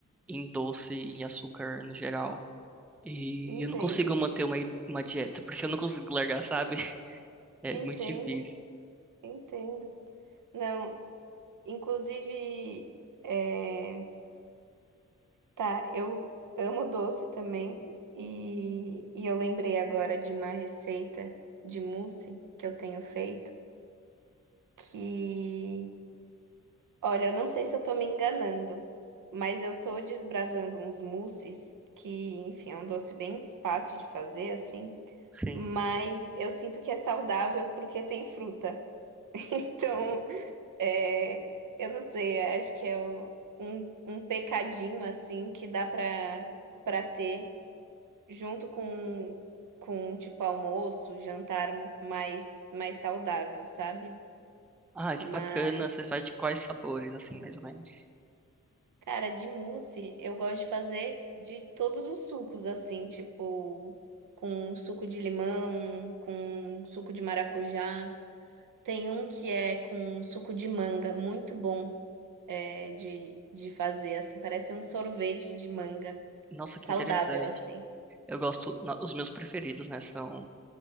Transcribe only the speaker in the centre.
em doce e em açúcar no geral. E
eu não consigo manter uma, uma dieta, porque eu não consigo largar, sabe? <laughs> É
muito difícil.
Sim.
Ah,
que bacana. Você faz de quais sabores, assim, mais ou menos?
Nossa,
que interessante.
Eu gosto, no- os meus preferidos, né, são